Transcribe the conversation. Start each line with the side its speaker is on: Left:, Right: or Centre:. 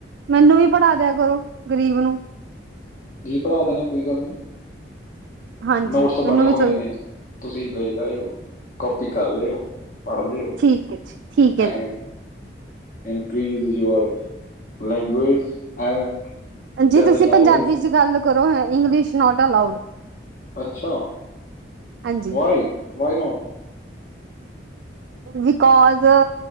Right: ਮੈਨੂੰ ਵੀ ਪੜ੍ਹਾ ਦਿਆ ਕਰੋ ਗ਼ਰੀਬ ਨੂੰ।
Left: ਜੀ ਪੜ੍ਹਾ ਦੇਨੇ ਆ ਕੋਈ ਗੱਲ ਨੀ।
Right: ਹਾਂਜੀ
Left: ਨੋਟਸ
Right: ਮੈਨੂੰ
Left: ਬਣੇ
Right: ਵੀ
Left: ਹੋਏ
Right: ਸੁਣ
Left: ਨੇ ਤੁਸੀਂ ਲੈ ਜਾਇਓ ਕਾਪੀ ਕਰ ਲਿਓ। ਪੜਦੇ ਓ
Right: ਠੀਕ ਹੈ ਜੀ ਠੀਕ ਹੈ
Left: ਏਵੇ।
Right: ਜੀ
Left: Increase your language and.
Right: ਭੈਣਜੀ
Left: ਜਨਰਲ
Right: ਤੁਸੀਂ
Left: ਨੌਲੇਜ
Right: ਪੰਜਾਬੀ 'ਚ ਗੱਲ ਕਰੋ, ਹੈਂ ਇੰਗਲਿਸ਼ ਨੋਟ ਅਲਾਉਡ।
Left: ਅੱਛਾ,
Right: ਹਾਂਜੀ
Left: ਵਾਏ, ਵਾਏ ਨੋਟ।
Right: ਬੀਕਾਜ਼,